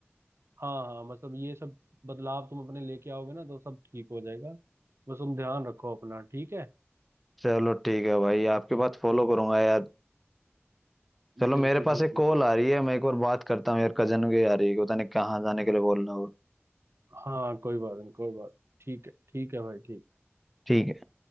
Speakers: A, on the right; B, in the centre.
A: हाँ हाँ मतलब ये सब बदलाव तुम अपने लेके आओगे ना तो सब ठीक हो जाएगा बस तुम ध्यान रखो अपना ठीक है
B: चलो ठीक है भाई आपकी बात फॉलो करूंगा यार चलो
A: बिल्कुल
B: मेरे पास
A: बिल्कुल
B: एक कॉल
A: बिल्कुल
B: आ रही है मैं एक बार बात करता हूँ यार कजन की आ रही है पता नहीं कहाँ जाने के लिए बोल रहा हूँ
A: हाँ कोई बात नहीं कोई बात ठीक है ठीक है भाई ठीक
B: ठीक है।